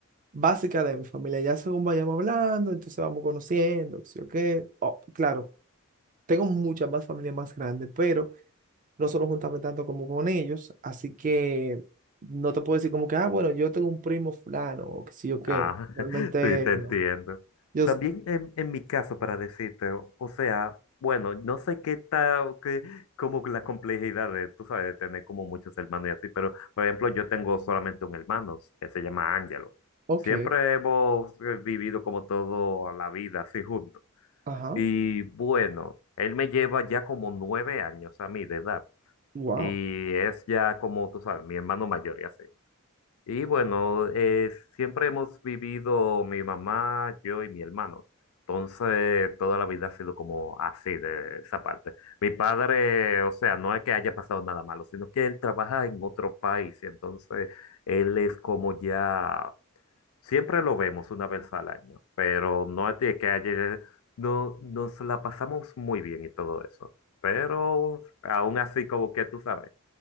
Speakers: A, on the right; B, on the left.
A: básica de mi familia. Ya según vayamos hablando, entonces vamos conociendo, sí o qué. Oh, claro, tengo muchas más familias más grandes, pero no solo juntarme tanto como con ellos. Así que no te puedo decir como que, ah, bueno, yo tengo un primo fulano o que sí o qué.
B: Ah,
A: Realmente
B: <laughs> sí, te
A: no.
B: entiendo.
A: Yo,
B: También en, en mi caso, para decirte, o, o sea, bueno, no sé qué tal, qué, como la complejidad de, tú sabes, de tener como muchos hermanos y así, pero por ejemplo, yo tengo solamente un hermano que se llama Ángelo.
A: ok,
B: Siempre hemos eh, vivido como todo a la vida, así juntos.
A: ajá,
B: Y bueno, él me lleva ya como nueve años a mí de edad.
A: wow.
B: Y es ya como, tú sabes, mi hermano mayor y así. Y bueno, eh, siempre hemos vivido mi mamá, yo y mi hermano. Entonces, toda la vida ha sido como así, de esa parte. Mi padre, o sea, no es que haya pasado nada malo, sino que él trabaja en otro país. Entonces, él es como ya Siempre lo vemos una vez al año, pero no es de que ayer no, nos la pasamos muy bien y todo eso. Pero aún así, como que tú sabes,